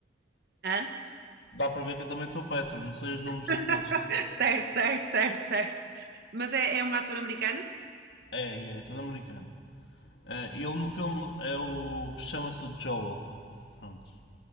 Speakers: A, on the right; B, on the left.
A: Hã?
B: Dá para ver que eu também sou péssimo, não sei os nomes
A: <laughs>
B: de todos.
A: Certo, certo, certo, certo. Mas é, é um ator americano?
B: É, é, é todo americano. É, ele no filme é o. chama-se Joel. Prontos.